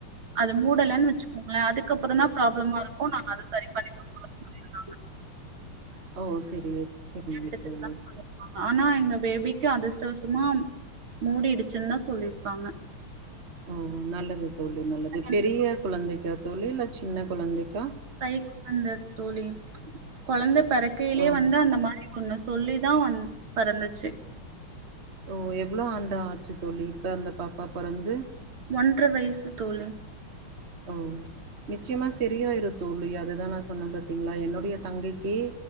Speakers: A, on the right; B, on the right.
A: அது மூடலைன் வச்சுக்கோங்களன் அதுக்கப்புறம் தான் ப்ராப்ளமா இருக்கும் நாங்க அத சரி பண்ணி கொடுக்கிறோம்னு சொல்லி இருந்தாங்க
B: ஓ சரி சரிங்க
A: எடுத்துக்கலானு
B: தோழி
A: சொல்லிருக்காங்க ஆனா எங்க பேபிக்கு அதிர்ஷ்டவசமா மூடிடுச்சின் தான் சொல்லியிருக்காங்க
B: ஓ நல்லது தோழி நல்லது
A: எனக்கு
B: பெரிய குழந்தைக்கா தோழி இல்ல சின்ன குழந்தைக்கா
A: கை குழந்த தோழி கொழந்த பறக்கைலேயே
B: ஓ
A: வந்து அந்த மாரி ஒன்னு சொல்லிதா வந் பறந்துச்சி
B: ஓ எவ்ளோ ஆண்டா ஆச்சு தோழி இப்ப அந்த பாப்பா பொறந்து
A: ஒன்ற வயசு தோழி
B: ஓ நிச்சயமா சரியாயிரு தோழி அதுதான் நான் சொன்ன பாத்தீங்களா என்னுடைய தங்கைக்கே